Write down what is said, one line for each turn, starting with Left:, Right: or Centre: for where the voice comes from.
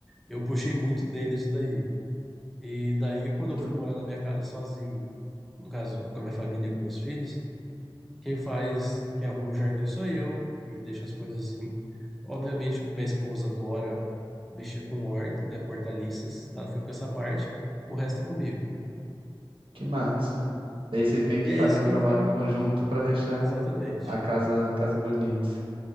Centre: Eu puxei muito dele isso daí. E daí, quando
Right: Muito.
Centre: eu fui morar na minha casa sozinho, no caso, com a minha família e com meus filhos, quem faz, quem arruma o jardim sou eu, quem deixa as coisas assim. Obviamente, minha esposa adora mexer com horta, né, com hortaliças, ela fica com essa parte, o resto é comigo.
Right: Que massa. E aí vocês meio que
Centre: E é
Right: fazem
Centre: isso
Right: um
Centre: que
Right: trabalho
Centre: eu vou,
Right: em conjunto pra deixar
Centre: exatamente.
Right: a casa, a casa bonita.